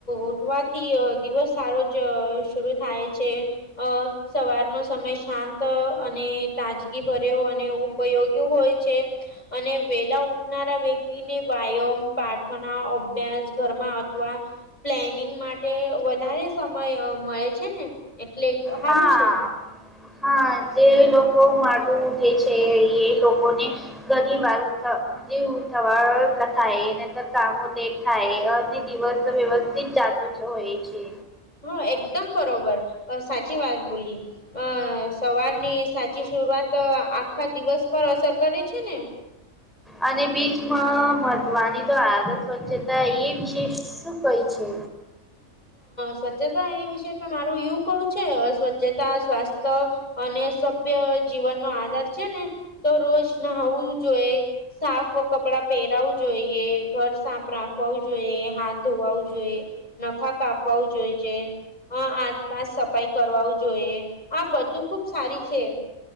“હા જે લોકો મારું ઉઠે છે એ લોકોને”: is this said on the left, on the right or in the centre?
Centre